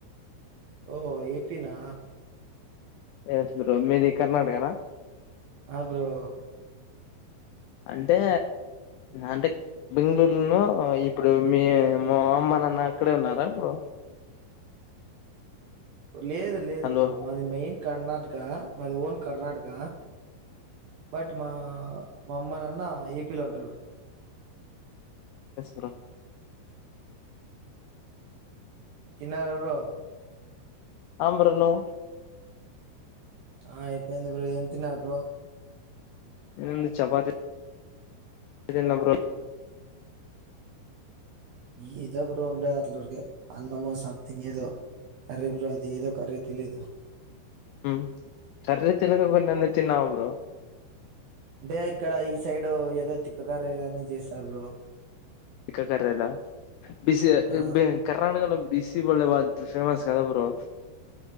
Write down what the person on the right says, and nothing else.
ఓహో ఏపీనా
ఆబ్రో
లేదు లేదు
బ్రో మాది మెయిన్ కర్ణాటక మాది ఓన్ కర్ణాటక బట్ మా మా అమ్మ నాన్న ఏపీలో ఉంటారు బ్రో
తిన్నార బ్రో
ఆ అయిపోయింది బ్రో ఏం తిన్నారు బ్రో
ఈ ఇదో బ్రో ఉండేది అట్లరికి అన్నమొ సంథింగ్ ఏదో కర్రీ బ్రో ఇది ఏదో కర్రీ తెలీదు
అంటే ఇక్కడ ఈ సైడ్ ఏదో తిక్కకర్రీలన్ని చేస్తారు బ్రో
ఆ